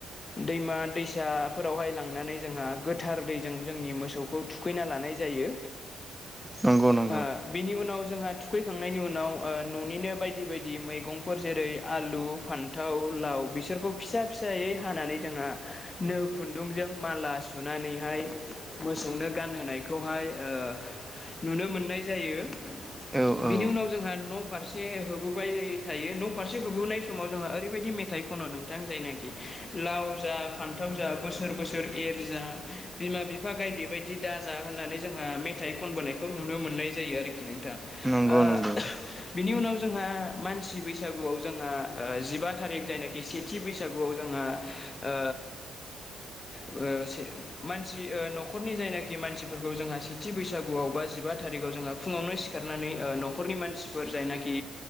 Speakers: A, on the left (about 30°); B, in the centre.
A: दैमा दैसाफोरावहाय लांना नै जोंहा गोथार दैजों जोंनि मोसौखौ थुखैना लानाय जायो
B: नंगौ नं
A: ओ बिनि उनाव जोंहा थुखैखांनायनि उनाव ओ न'निनो बायदि बायदि मैगंफोर जेरै आलु फान्थाव लाव बिसोरखौ फिसा फिसायै हानानै जोंहा नो खुन्दुंजों माला सुनानैहाय मोसौनो गानहोनायखौहाय ओ नुनो मोननाय जायो
B: औ औ
A: बिनि उनाव जोंहा न' फारसे होबोबाय थायो न' फारसे होबोनाय समाव जोंहा ओरैबायदि मेथाइ खन नोंथां जायनाखि लाव जा फान्थाव जा बोसोर बोसोर एर जा बिमा बिफा गायदे बायदि दाजा होननानै जोंहा मेथाइ खनबोनायखौ नुनो मोननाय जायो आरोखि नोंथां ओ
B: नंगौ नंगौ
A: बिनि उनाव जोंहा मानसि बैसागुवाव जोंहा ओ जिबा थारिख जायनाखि सेथि बैसागुवाव जों जोंहा ओ ओ से मानसि ओ न'खरनि जायनाखि मानसिफोरखौ जोंहा सेथि बैसागुवाव बा जिबा थारि आव जोङो फुङावनो सिखारनानै न'खरनि मानसिफोर जायनाखि